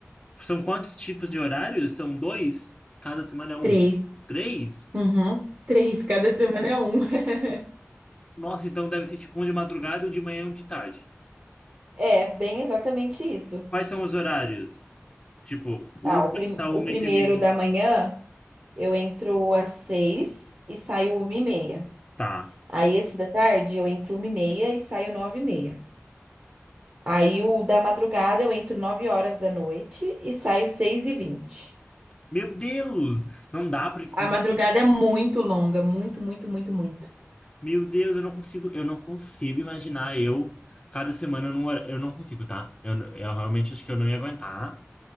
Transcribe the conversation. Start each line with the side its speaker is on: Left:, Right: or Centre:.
Left: são quantos tipos de horários? São dois? Cada semana é um?
Right: Três.
Left: Três?
Right: Uhum, três. <laughs> Cada semana é um. <laughs>
Left: Nossa, então deve ser tipo um de madrugada, um de manhã e um de tarde.
Right: É, bem exatamente isso.
Left: Quais são os horários? Tipo, um
Right: Ah,
Left: começa
Right: o, prim-
Left: a
Right: o
Left: uma
Right: primeiro
Left: e termina.
Right: da manhã eu entro às seis e saio uma e meia.
Left: Tá.
Right: Aí esse da tarde eu entro uma e meia e saio nove e meia. Aí o da madrugada eu entro nove horas da noite e saio seis e vinte.
Left: Meu Deus, não dá porque
Right: A
Left: não-
Right: madrugada é muito longa, muito, muito, muito, muito.
Left: meu Deus, eu não consigo, eu não consigo imaginar eu cada semana num hora- eu não consigo, tá? Eu, n- eu realmente acho que eu não ia aguentar.